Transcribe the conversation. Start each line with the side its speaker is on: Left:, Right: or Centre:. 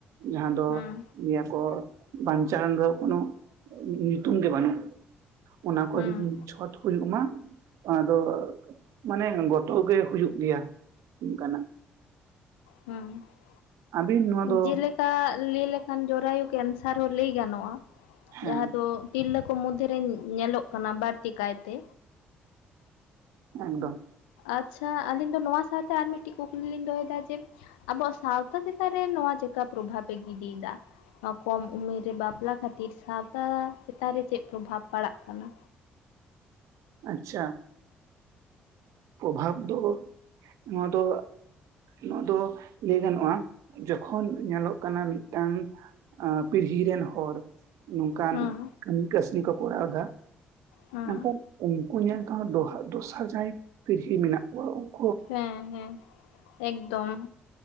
Right: ᱡᱟᱦᱟᱸ ᱫᱚ
Left: ᱦᱩᱸ
Right: ᱧᱤᱭᱟ ᱠᱚ ᱵᱟᱧᱪᱟᱣ ᱨᱮᱱ ᱫᱚ ᱠᱳᱱᱳ ᱩᱸ ᱩᱸ ᱧᱩᱛᱩᱢ ᱜᱮ ᱵᱟᱹᱱᱩᱜ ᱚᱱᱟ ᱠᱚ
Left: ᱦᱩᱸ
Right: ᱡᱩᱫᱤ ᱪᱷᱚᱛ ᱦᱩᱭᱩᱜ ᱢᱟ ᱟᱫᱚ ᱢᱟᱱᱮ ᱜᱚᱛᱚ ᱜᱮ ᱦᱩᱭᱩᱜ ᱜᱮᱭᱟ ᱚᱱᱠᱟᱱᱟᱜ
Left: ᱦᱩᱸ
Right: ᱟᱹᱵᱤᱱ ᱱᱚᱣᱟ ᱫᱚ
Left: ᱡᱮᱞᱮᱠᱟ ᱞᱟᱹᱭ ᱞᱮᱠᱷᱟᱱ ᱡᱚᱨᱟᱭᱩ ᱠᱮᱱᱥᱟᱨ ᱦᱚᱸ ᱞᱟᱹᱭ ᱜᱟᱱᱚᱜᱼᱟ᱾
Right: ᱦᱮᱸ
Left: ᱡᱟᱦᱟᱸ ᱫᱚ ᱛᱤᱨᱞᱟᱹ ᱠᱚ ᱢᱚᱫᱽᱫᱷᱮ ᱨᱮ ᱧᱮᱞᱚᱜ ᱠᱟᱱᱟ ᱵᱟᱹᱲᱛᱤ ᱠᱟᱭᱛᱮ
Right: ᱮᱠᱫᱚᱢ,
Left: ᱟᱪᱪᱷᱟ ᱟᱹᱞᱤᱧ ᱫᱚ ᱱᱚᱣᱟ ᱥᱟᱶᱛᱮ ᱟᱨ ᱢᱤᱫᱴᱤᱡ ᱠᱩᱠᱞᱤ ᱞᱤᱧ ᱫᱚᱦᱚᱭ ᱫᱟ ᱡᱮ ᱟᱵᱚᱣᱟᱜ ᱥᱟᱶᱛᱟ ᱪᱮᱛᱟᱱ ᱨᱮ ᱱᱚᱣᱟ ᱪᱮᱠᱟ ᱯᱨᱚᱵᱷᱟᱵᱽᱯᱮ ᱜᱤᱰᱤᱭ ᱮᱫᱟ? ᱱᱚᱣᱟ ᱠᱚᱢ ᱩᱢᱮᱨ ᱨᱮ ᱵᱟᱯᱞᱟ ᱠᱷᱟᱹᱛᱤᱨ ᱥᱟᱶᱛᱟ ᱪᱮᱛᱟᱱ ᱨᱮ ᱪᱮᱜ ᱯᱨᱚᱵᱷᱟᱵᱽ ᱯᱟᱲᱟᱜ ᱠᱟᱱᱟ?
Right: ᱟᱪᱪᱷᱟ, ᱯᱨᱚᱵᱷᱟᱵᱽ ᱫᱚ ᱱᱚᱣᱟ ᱫᱚ ᱱᱚᱣᱟ ᱫᱚ ᱞᱟᱹᱭ ᱜᱟᱱᱚᱜᱼᱟ᱾ ᱡᱚᱠᱷᱚᱱ ᱧᱮᱞᱚᱜ ᱠᱟᱱᱟ ᱢᱤᱫᱴᱟᱝ ᱟᱸ ᱯᱤᱲᱦᱤ ᱨᱮᱱ ᱦᱚᱲ ᱱᱚᱝᱠᱟᱱ
Left: ᱦᱩᱸ
Right: ᱠᱟᱹᱢᱤ ᱠᱟᱹᱥᱱᱤ ᱠᱚ ᱠᱚᱨᱟᱣ ᱮᱫᱟ
Left: ᱦᱩᱸ
Right: ᱢᱮᱱᱠᱷᱟᱱ ᱩᱱᱠᱩ ᱧᱮᱞ ᱛᱮᱦᱚᱸ ᱰᱚᱦᱟ ᱫᱚᱥᱟ ᱡᱟᱦᱟᱸᱭ ᱯᱤᱨᱦᱤ ᱢᱮᱱᱟᱜ ᱠᱚᱣᱟ ᱩᱝᱠ
Left: ᱦᱮᱸ ᱦᱮᱸ ᱮᱠᱫᱚᱢ